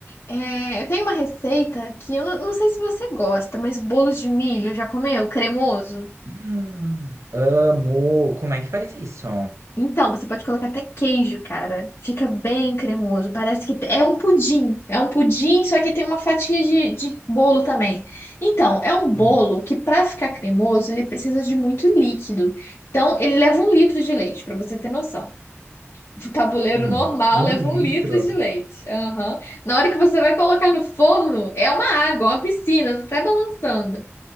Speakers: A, on the left; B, on the right.
A: É, tem uma receita que eu não não sei se você gosta, mas bolo de milho, já comeu? Cremoso?
B: <gasps> Amo! Como é que faz isso?
A: Então, você pode colocar até queijo, cara. Fica bem cremoso. Parece que é um pudim. É um pudim, só que tem uma fatia de, de bolo também. Então, é um bolo
B: Hum,
A: que, para ficar cremoso, ele precisa de muito líquido. Então, ele leva um litro de leite, para você ter noção. O tabuleiro
B: hum.
A: normal
B: Um
A: leva
B: litro?
A: um litro de leite. Aham. Na hora que você vai colocar no forno, é uma água, uma piscina, tá até balançando.